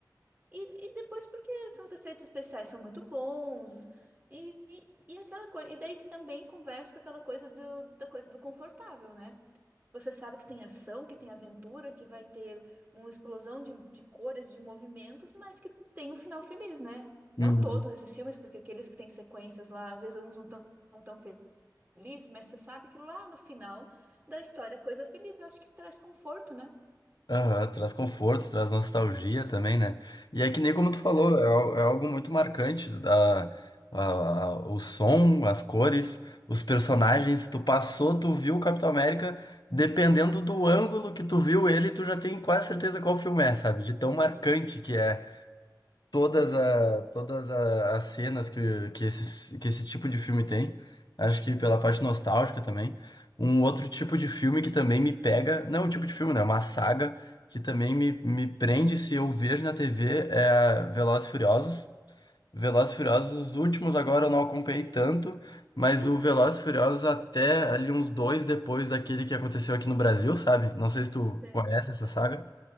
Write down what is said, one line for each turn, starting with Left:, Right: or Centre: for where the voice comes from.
Right: E, e depois porque são os efeitos especiais são muito bons. E, e, e aquela coisa, e daí também conversa com aquela coisa do, da coisa do confortável, né? Você sabe que tem ação, que tem aventura, que vai ter uma explosão de, de cores, de movimentos, mas que tem um final feliz, né? Não
Left: Uhum.
Right: todos esses filmes, porque aqueles que têm sequências lá, às vezes uns não estão tão tão feliz, mas você sabe que lá no final da história, coisa feliz, eu acho que traz conforto, né?
Left: Aham, traz conforto, traz nostalgia também, né? E é que nem como tu falou,
Right: Traz.
Left: é, al- é algo muito marcante, da, a- a- o som, as cores, os personagens, tu passou, tu viu o Capitão América, dependendo do ângulo que tu viu ele, tu já tem quase certeza qual filme é, sabe? De tão marcante que é todas, a, todas a, as cenas que, que, esses, que esse tipo de filme tem. Acho que pela parte nostálgica também. Um outro tipo de filme que também me pega, não é um tipo de filme, né? é Uma saga que também me, me prende se eu vejo na TV é Velozes e Furiosos. Velozes e Furiosos, os últimos agora eu não acompanhei tanto, mas o Velozes e Furiosos até ali uns dois depois daquele que aconteceu aqui no Brasil, sabe? Não sei se tu
Right: Sei.
Left: conhece essa saga.